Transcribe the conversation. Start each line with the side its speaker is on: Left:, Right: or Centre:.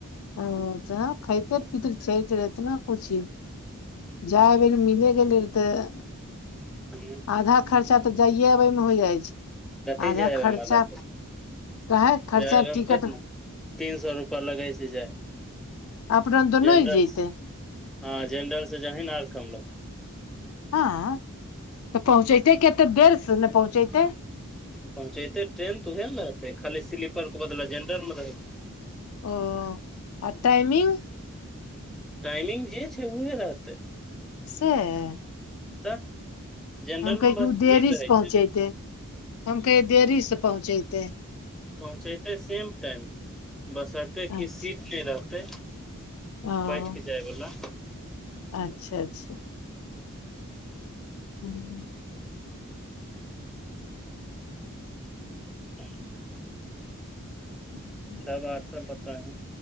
Left: ओ जाँ खेतेर पीतेर चलै जेतय इतना कुन चिज। <unintelligible> जाय बैर मिलै गेलै रहि तेऽ।
Centre: छै
Left: आधा खर्चा तऽ जाइए अबैमे होय जाइ छै।
Centre: कथी
Left: आधा
Centre: जायअबै
Left: खर्चा
Centre: मे आधा खर्चा
Left: काहे खर्चा
Centre: जायअबै
Left: टिकट
Centre: मे कतना तीन सो रूपा लगै छै। <unintelligible> जी जाय।
Left: अपना दोनो
Centre: जेनरल
Left: जैते
Centre: सँ हँ जेनरलसे जहीना आर कम लगतौ।
Left: हँ तऽ पहुँचैतै कते देर से ने पहुँचैतै।
Centre: पहुँचेतै ट्रेन तऽ ओएह न रहतै खाली स्लीपरके बदला जेनरलमे रहै
Left: ओ आ टाइमिंग।
Centre: टाइमिंग जे छै उहे रहतै।
Left: सेए
Centre: तऽ जेनरल
Left: हम कहै
Centre: मे
Left: तु
Centre: बस
Left: ओ देरी
Centre: भीड़ रहे
Left: से पहुँचेतै
Centre: छै
Left: हम कहै देरी से पहुँचेतै।
Centre: पहुँचैतै सेम टाइम बशर्ते
Left: अच्छा
Centre: कि सीट नै रहतै।
Left: ओ
Centre: बैठके जाए बला।
Left: अच्छा अच्छा हूँ
Centre: <inaudible>
Left: ह <unintelligible>
Centre: तब आर सब बताहीं।